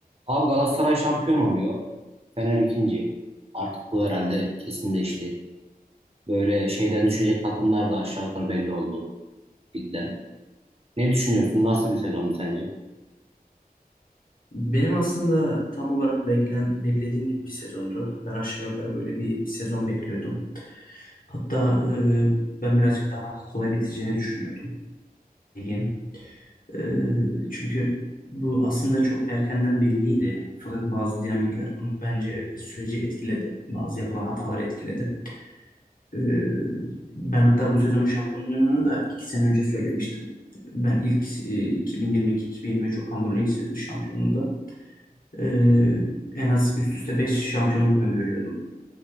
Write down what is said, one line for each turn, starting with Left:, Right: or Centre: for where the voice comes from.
Right: Abi Galatasaray şampiyon oluyor. Fener ikinci. Artık bu herhalde kesinleşti. Böyle şeyden düşecek takımlar da aşağı yukarı belli oldu ligden. Ne düşünüyorsun? Nasıl bir sezon sence?
Left: Benim aslında tam olarak beklen, beklediğim gibi bir sezondu. Ben aşağı yukarı böyle bir sezon bekliyordum. Hatta e, ben birazcık daha kolay biteceğini düşünüyordum ligin. E, çünkü bu aslında çok erkenden belliydi. Fakat bazı dinamikler bunu bence süreci etkiledi. Bazı yapılan hatalar etkiledi. E, ben hatta bu sezonun şampiyonluğunu da iki sene önce söylemiştim. Ben ilk e, 2022-2023 Okan Buruk'un ilk şampiyonluğunda Ee,
Right: Hı hı.
Left: en az üst üste 5 şampiyonluk öngörüyordum.